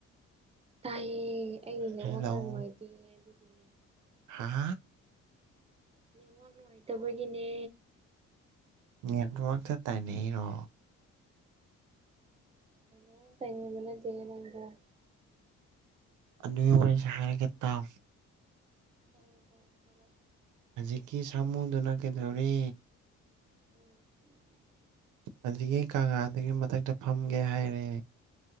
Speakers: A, on the right; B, on the right.
A: ꯇꯥꯏꯌꯦ ꯑꯩꯒꯤꯅꯦ
B: ꯍꯦꯜꯂꯣ
A: ꯋꯥ ꯈꯔ ꯅꯨꯡꯉꯥꯏꯇꯦ ꯑꯗꯨꯒꯤꯅꯦ
B: ꯍꯥ
A: ꯅꯤꯋꯥꯛ ꯅꯨꯡꯉꯥꯏꯇꯕꯒꯤꯅꯦ
B: ꯌꯦꯃꯥꯡꯁꯨ ꯇꯥꯏꯅꯦꯔꯣ
A: ꯑ ꯇꯩꯅ ꯃꯟꯅ ꯊꯅꯒ <unintelligible>
B: ꯑꯅꯤ <unintelligible>
A: ꯎꯗ ꯍꯔ
B: ꯍꯧꯖꯤꯛꯀꯤ ꯁꯥꯃꯨꯗꯨꯅ ꯀꯩꯗꯧꯔꯤ
A: ꯎꯝ
B: ꯑꯗꯨꯗꯒꯤ ꯀꯪꯂꯥꯗꯨꯒꯤ ꯃꯊꯛꯇ ꯐꯝꯒꯦ ꯍꯥꯏꯔꯦ